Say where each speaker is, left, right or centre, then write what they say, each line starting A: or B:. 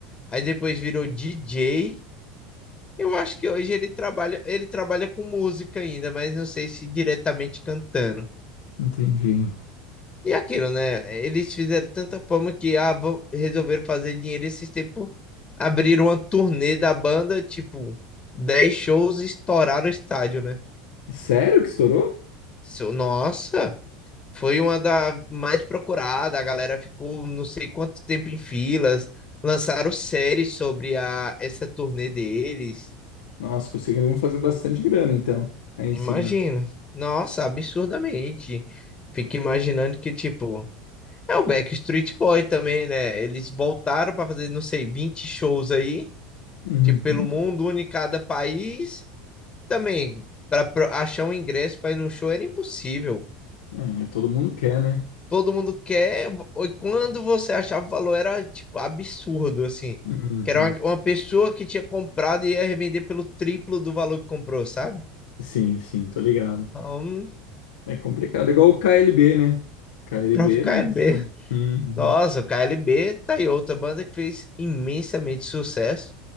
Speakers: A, on the left; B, on the left.
A: aí depois virou DJ. Eu acho que hoje ele trabalha, ele trabalha com música ainda, mas não sei se diretamente cantando.
B: entendi.
A: E aquilo, né? Eles fizeram tanta fama que ah, vão- resolveram fazer dinheiro esses tempos. Abriram uma turnê da banda, tipo, dez shows e estouraram o estádio, né?
B: Sério que estourou?
A: So- Nossa, foi uma da mais procurada. A galera ficou não sei quanto tempo em filas. Lançaram séries sobre a, essa turnê deles.
B: Nossa, conseguiram fazer bastante grana, então, aí em
A: Imagina.
B: cima.
A: Nossa, absurdamente. Fico imaginando que, tipo, É o Backstreet Boy também, né? Eles voltaram para fazer, não sei, 20 shows aí,
B: Uhum,
A: tipo, pelo mundo, um em cada país. Também, para achar um ingresso para ir num show era impossível.
B: É, todo mundo quer, né?
A: Todo mundo quer. e Quando você achava o valor, era, tipo, absurdo, assim.
B: uhum.
A: Que era uma, uma pessoa que tinha comprado e ia revender pelo triplo do valor que comprou, sabe?
B: Sim, sim, tô ligado.
A: Então,
B: É complicado, igual o KLB, né? KLB,
A: próprio KLB.
B: nossa. Uhum.
A: Nossa, o KLB tá aí, outra banda que fez imensamente sucesso.